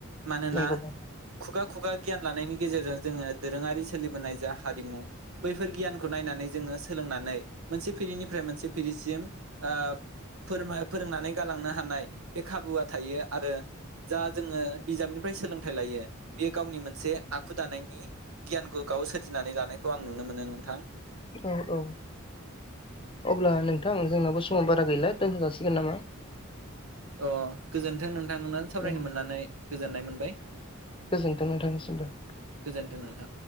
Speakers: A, on the right; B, on the left.
A: मानोना
B: नंगौ नोंथां।
A: खुगा-खुगा गियान लानायनि गेजेरजों जोंङो दोरोंङारि सोलिबोनाय जा हारिमु बैफोर गियानखौ नायनानै जोंङो सोलोंनानै मोनसे फिरिनिफ्राय मोनसे फिरिसिम ओ फोर फोरोंनानै गालांनो हानाय बे खाबुआ थायो आरो जा जोंङो बिजाबनिफ्राय सोलोंथाइ लायो। बेयो गावनि मोनसे आखु दानायनि गियानखौ गाव सोरजिनानै लानाय। खौ आं नुनो मोनो नोंथां
B: औ औ अब्ला नों नोंथां जोंनाबो समा बारा गैला दोनथजासिगोन नामा?
A: अ गोजोन्थों नोंथां नोंथांजीं सावरायनो
B: औ
A: मोन्नानै गोजोननाय मोनबाय।
B: गोजोनथों नोंथांनिसिमबो।
A: गोजोन्थों नोंथां।